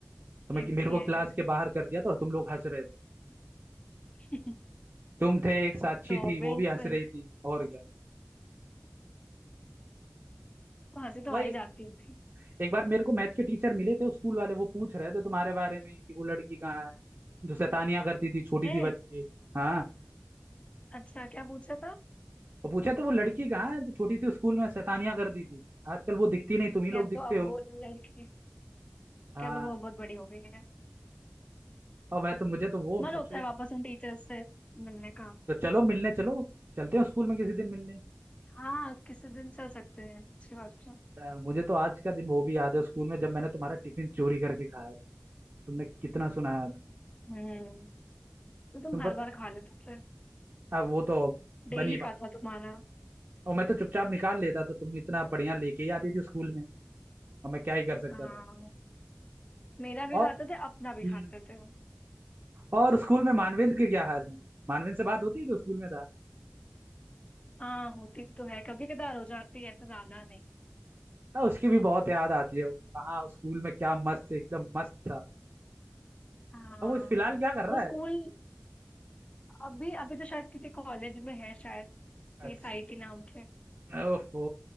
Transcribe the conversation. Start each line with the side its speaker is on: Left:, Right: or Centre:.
Right: तो
Left: ये
Right: मैं
Left: भी
Right: मेरे को
Left: है
Right: क्लास के बाहर कर दिया था और तुम लोग हंस रहे थे
Left: <laughs>
Right: तुम थे एक साक्षी
Left: तो
Right: थी
Left: ऑब्वियस
Right: वो भी हंस रही थी और क्या
Left: हंसी तो
Right: वही
Left: आ ही जाती है
Right: एक बार मेरे को मैथ के टीचर मिले थे स्कूल वाले वो पूछ रहे थे तुम्हारे बारे में कि वो लड़की कहाँ है जो शैतानियां करती थी छोटी
Left: हैं
Right: सी बच्ची हाँ
Left: अच्छा क्या पूछा था
Right: तो पूछे तो वो लड़की कहाँ है जो छोटी सी स्कूल में शैतानियां करती थी आजकल वो दिखती नहीं तुम ही लोग
Left: कह
Right: दिखते
Left: दो अब
Right: हो
Left: वो लड़की
Right: हाँ
Left: कह दो वो बहुत बड़ी हो गई है
Right: और मैं
Left: हम्म।
Right: तो मुझे तो वो
Left: मन
Right: सबसे
Left: होता है वापस उन टीचर्स से मिलने का
Right: तो चलो मिलने चलो चलते हैं स्कूल में किसी दिन मिलने
Left: हाँ किसी दिन चल सकते हैं अच्छी बात है
Right: तो मुझे तो आज का दिन वो भी याद है स्कूल में जब मैंने तुम्हारा टिफिन चोरी करके खाया था। तुमने कितना सुनाया था
Left: हम्म तो तुम
Right: तुम
Left: हर
Right: पता
Left: बार खा लेते थे
Right: अब वो तो बनी
Left: डेली
Right: बात
Left: का था
Right: है
Left: तुम्हारा
Right: और मैं तो चुपचाप निकाल लेता था तुम इतना बढ़िया लेके ही आती थी स्कूल में और मैं क्या ही कर सकता
Left: हाँ
Right: था
Left: मेरा भी
Right: और
Left: खाते थे अपना भी
Right: हम्म,
Left: खाते थे
Right: और स्कूल में मानवेंद्र के क्या हाल है मानवेंद्र से बात होती है जो स्कूल में था
Left: हाँ होती तो है कभी कदार हो जाती है ऐसे ज्यादा नहीं
Right: हाँ, उसकी भी बहुत याद आती है वो कहाँ उस स्कूल में क्या मस्त एकदम मस्त था
Left: हाँ
Right: अब वो इस फिलहाल क्या कर रहा
Left: वो स्कूल
Right: है
Left: अभी अभी तो शायद किसी कॉलेज में है शायद
Right: अच्छा
Left: ये साईटी नाम के
Right: ओफो